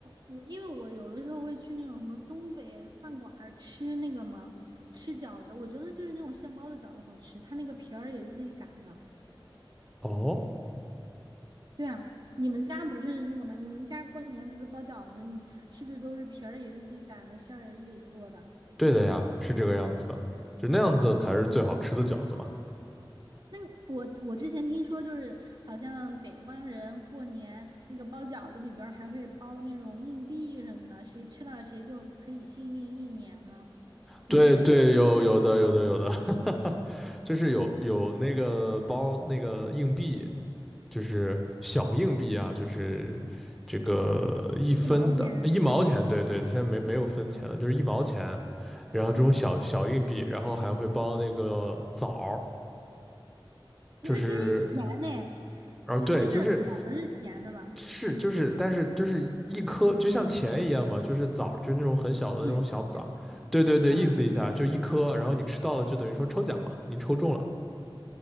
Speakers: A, on the right; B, in the centre.
A: 我，因为我有的时候会去那种什么东北饭馆儿吃那个嘛，吃饺子，我觉得就是那种现包的饺子好吃，它那个皮儿也是自己擀的。
B: 哦，
A: 对啊，你们家不是那个吗？你们家过年不是包饺子，你是不是都是皮儿也是自己擀的，馅儿也是自己做的？
B: 对的呀，是这个样子的，就那样子才是最好吃的饺子嘛。
A: 那你我我之前听说，就是好像北方人过年那个包饺子里边儿还会包那种硬币什么的，谁吃到谁就可以幸运一年嘛，就这种
B: 对对，有有的有的有的，<laughs> 就是有有那个包那个硬币，就是小硬币啊，就是这个一分的一毛钱，
A: 一毛钱，
B: 对对，现在没没有分钱了，就是一毛钱，然后这种小小硬币，
A: 嗯。
B: 然后还会包那个枣儿，
A: 那它可是咸的，
B: 就是哦对，
A: 你的那个饺子是咸的吧？
B: 就是是就是，但是就是一颗就像钱一样嘛，就是枣儿，就是那种很小的那种小枣儿，
A: 意思一下，
B: 对对对，
A: 嗯，
B: 意思一下就一颗，然后你吃到了就等于说抽奖嘛，你抽中了，